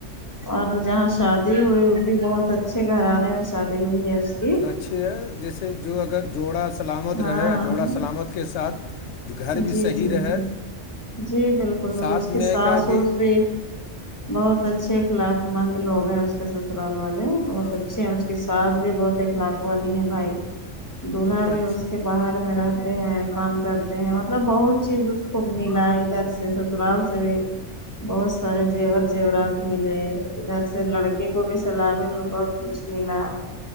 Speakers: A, on the left; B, on the left.
A: اور جہاں شادی ہوئی بھی بہت اچھے گھرانے میں شادی ہوئی ہے اس کی
B: اچھی ہے جیسے جو اگر جوڑا سلامت
A: ہاں
B: رہے جوڑا سلامت کے ساتھ جو گھر بھی
A: جی
B: صحیح
A: جی
B: رہے
A: جی جی بالکل روز
B: ساتھ
A: کی
B: میں
A: ساس
B: کہا کہ
A: اس بھی بہت اچھے ایک لاک مند لوگ ہیں اس کے سسرال والے بہت
B: ہاں
A: اچھے ہیں کی ساز بھی بہت اخلاق والی ہے بھائی دوولہا
B: اچھا
A: بھی اس کے باہر میں رہتے ہیں کام کر مطلب بہت چیز اس کو ملا ادھر سے سسرال سے بھی بہت سارے جیور زیورات ملے ادھر سے لڑکے کو بھی سلابی میں بہت کچھ ملا